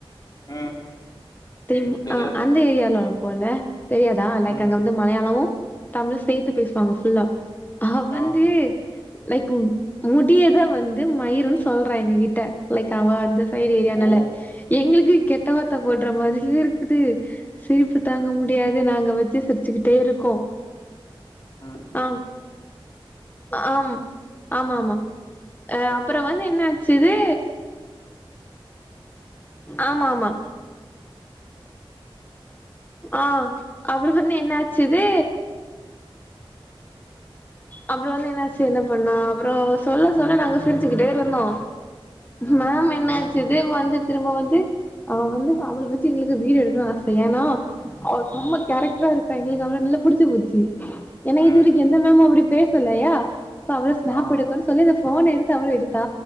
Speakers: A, on the left (about 45°); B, on the left (about 20°).
A: ம்
B: தெரி
A: தெரியாது
B: ஆ அந்த ஏரியாலால போல தெரியாதா லைக்
A: ம்
B: அங்க வந் து மலையாளமு தமிழு சேத்து பேசுவாங்க ஃபுல்லா அவ வந்து
A: ஆ
B: லைக் முடியதா வந்து மயிருன் சொல்ற எங்க கிட்ட லைக் அவ அந்த சைடு ஏரியானால
A: ஓ
B: எங்களுக்கு கெட்ட வார்த்த போடற மாதிரியே இருக்குது சிரிப்பு தாங்க
A: அ
B: முடியாது நாங்க வெச்சு சிரிச்சுக்கிட்டே இருக்கோ
A: ம்
B: ஆ ஆம் ஆமாமா அ அப்பற வந்து என்ன ஆச்சு இது ஆமாமா ஆ அப்பற வந்து என்னாச்சு அது அப்பற வந்து என்னாச்சு என்ன பண்ணோ அப்பற சொல்ல சொல்ல நாங்க சிரிச்சுக்கிட்டே இருந்தோ
A: ம்
B: மேம் என்ன இதே வந்து திரும்ப வந்து அவ வந்து அவள வெச்சி எங்களுக்கு வீடியோ எடுக்கணுன் ஆச ஏனா அவ செம்ம கேரக்டரா இருக்கா எங்களுக்கு அவள நல்லா புடிச்சு போச்சு ஏன்னா
A: ம்
B: இதுவரைக்கு எந்த மேமு அப்படி பேசலையா இப்ப அவள ஸ்னாப்
A: ஆ
B: எடுக் றன் சொல்லி அந்த ஃபோன் எடுத்து அவள எடுத்தா